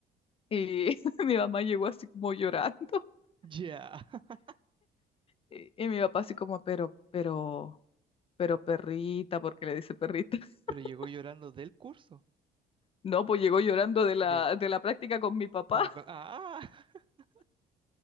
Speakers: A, on the left (about 35°); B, on the right (about 30°).
A: Y <laughs> mi mamá llegó así como llorando.
B: Ya, <laughs>
A: Y, y mi papá así como, pero, pero, Pero perrita, porque le dice perrita? <laughs>
B: pero llegó llorando del curso,
A: No, pues llegó llorando de la,
B: de,
A: de la práctica con mi papá.
B: como, que- ah, <laughs>